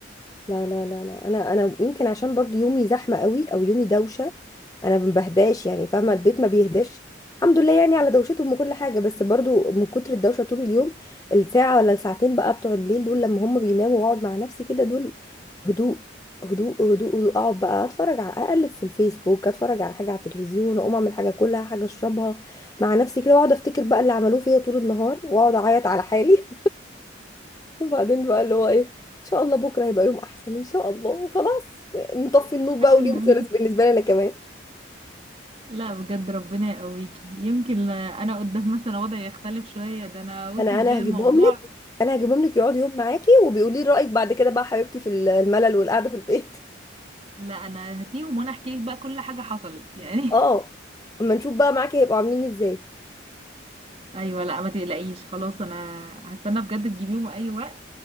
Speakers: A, on the left; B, on the right.
A: لا لا لا لا انا انا يمكن عشان برضو يومي زحمه قوي او يومي دوشه انا ما بهداش يعني فاهمه البيت ما بيهداش الحمد لله يعني على دوشتهم وكل حاجه بس برضو من كتر الدوشه طول اليوم الساعه ولا الساعتين بقى بتوع الليل دول لما هم بيناموا واقعد مع نفسي كده دول هدوء هدوء هدوء هدوء اقعد بقى اتفرج على اقلب في الفيسبوك اتفرج على حاجه على التلفزيون اقوم اعمل حاجه كلها حاجه اشربها مع نفسي كده واقعد افتكر بقى اللي عملوه فيا طول النهار واقعد اعيط على حالي وبعدين بقى اللي هو ايه ان شاء الله بكره هيبقى يوم احسن ان شاء الله وخلاص نطفي النور بقى
B: <laughs>
A: واليوم خلص بالنسبه لي انا كمان
B: لا بجد ربنا يقويكي يمكن أنا قدام مثلا وضعي يختلف شوية ده أنا وصل
A: انا انا
B: بيا الموضوع
A: هجيبهم لك انا هجيبهم لك يقعد يوم معاكي وبيقولي لي رايك بعد كده بقى حبيبتي في الملل والقعده في البيت
B: لا أنا هاتيهم وأنا أحكي لك بقى كل حاجة حصلت
A: <laughs>
B: يعني <laughs>
A: اه اما نشوف بقى معاكي هيبقوا عاملين ازاي
B: أيوة لا ما تقلقيش خلاص أنا هستنى بجد تجيبيهم أي وقت